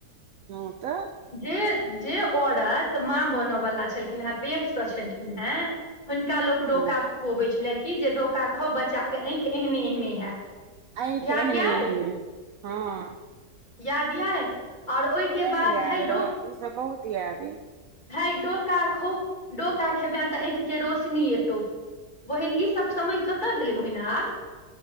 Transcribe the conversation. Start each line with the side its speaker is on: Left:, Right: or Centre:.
Right: हॅं, तॅं
Left: जे जे औरत माँ बनयवला छलखिन हेँ, पेटसँ छलखिनहेँ हुनका लोक डोका
Right: हँ
Left: खुअबैत छलै कि जे डोका खाउ बच्चाके आँखि एहने-एहने हैत
Right: आँखि
Left: याद
Right: एहने-एहने,
Left: याइ
Right: हँ
Left: याद य और ओहिके
Right: किया ने
Left: बाद
Right: याद
Left: हइ
Right: रहत
Left: डो
Right: ई सब बहुत याद हए
Left: हइ, डोका खो, डोका खेबै तऽ आँखिके रोशनी एतौ बहिन ई सब समय कतय गेलै बहिन आब?